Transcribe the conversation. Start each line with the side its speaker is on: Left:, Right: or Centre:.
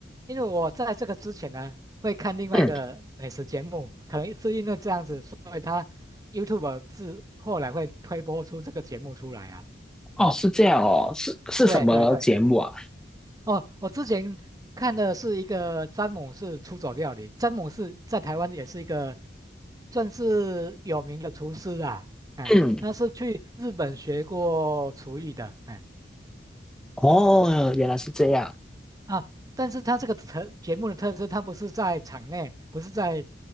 Right: 因为我在这个之前呢，会看另外一个美食节目，
Centre: 嗯，
Right: 可能是因为这样子，所以他 YouTube 自后来会推播出这个节目出来啊。
Centre: 哦，
Right: 嗯，
Centre: 是这样哦，是是什么节目啊？
Right: 对对对，哦，我之前看的是一个詹姆士出走料理，詹姆士在台湾也是一个算是有名的厨师啊，哎，
Centre: 嗯，
Right: 他是去日本学过厨艺的，哎。
Centre: 哦，原来是这样。
Right: 啊，但是它这个特节目的特色，它不是在场内，不是在